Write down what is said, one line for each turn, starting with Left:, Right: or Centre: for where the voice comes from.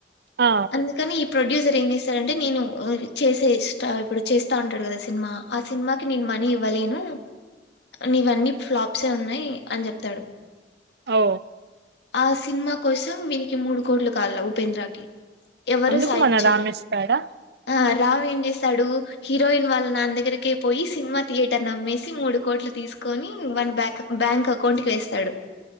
Right: ఆ
Left: అందుకని ఈ ప్రొడ్యూసర్ ఏం చేస్తారంటే నేను చేసే ఇ ఇప్పుడు చేస్తా ఉంటాడు కదా సినిమా ఆ సినిమాకి నేను మనీ ఇవ్వలేను నీవన్నీ ఫ్లాప్స్సఉన్నాయి అని చెప్తాడు
Right: ఓ
Left: ఆ సినిమా కోసం వీనికి మూడు కోట్లు కావలా ఉపేంద్రకి ఎవరు
Right: అందుకు
Left: సాయం
Right: మన
Left: చేయరు
Right: రామేస్తాడా
Left: ఆ రామ్ ఏం చేస్తాడు హీరోయిన్ వాళ్ళ నాన్న దగ్గరికే పోయి సినిమా థియేటర్ నమ్మేసి మూడు కోట్లు తీసుకొని వాన్ బ్యాక్ బ్యాంక్ అకౌంట్కి వేస్తాడు